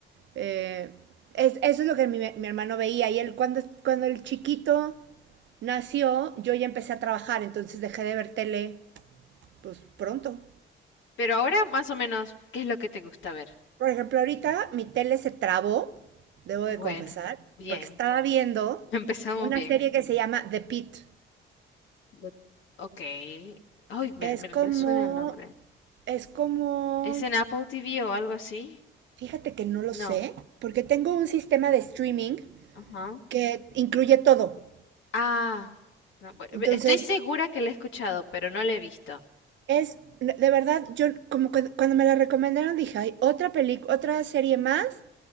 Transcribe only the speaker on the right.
Eh, es, eso es lo que mi, mi, hermano veía. Y él, cuando, cuando el chiquito nació, yo ya empecé a trabajar, entonces dejé de ver tele, pues pronto.
Por ejemplo, ahorita mi tele se trabó, debo
de confesar,
porque estaba viendo
una
serie que se llama The Pit.
Es
como,
es como,
fíjate que no lo
sé, porque tengo un sistema de streaming
que incluye todo.
Entonces,
Es, de verdad, yo como que cuando me la recomendaron dije, hay otra película, otra serie más